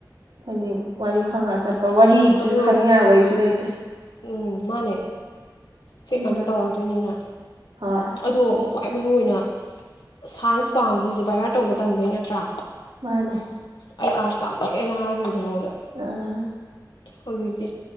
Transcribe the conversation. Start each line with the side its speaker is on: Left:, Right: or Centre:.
Right: ꯍꯥꯏꯗꯤ ꯋꯥꯔꯤ ꯈꯪꯉꯒ ꯆꯠꯄ ꯋꯥꯔꯤꯗꯨꯁꯨ
Left: ꯑꯗꯣ
Right: ꯈꯪꯅꯤꯡꯉꯥꯏ ꯋꯥꯔꯤꯁꯨ ꯂꯩꯇꯦ
Left: ꯎꯝ ꯃꯥꯅꯦ ꯄꯦꯛ
Right: ꯑꯗꯨꯅ
Left: ꯉꯛꯇ ꯇꯧꯔꯛꯇꯣꯏꯅꯤꯅ
Right: ꯍꯣꯏ
Left: ꯑꯗꯣ ꯈ꯭ꯋꯥꯏ ꯃꯔꯨꯏ ꯑꯣꯏꯅ ꯁꯥꯏꯟꯁ ꯄꯥꯝꯈ꯭ꯔꯤꯁꯦ ꯕꯥꯌꯥꯔ ꯇꯧꯕ ꯇꯟꯕꯩ ꯅꯠꯇ꯭ꯔꯥ
Right: ꯃꯥꯅꯦ
Left: ꯑꯩ ꯑꯥꯔꯠꯁ ꯄꯥꯝꯗꯦꯅꯥ ꯍꯥꯏꯈ꯭ꯔꯗꯣ ꯅꯉꯣꯟꯗ
Right: ꯑꯥ
Left: ꯍꯧꯖꯤꯛꯇꯤ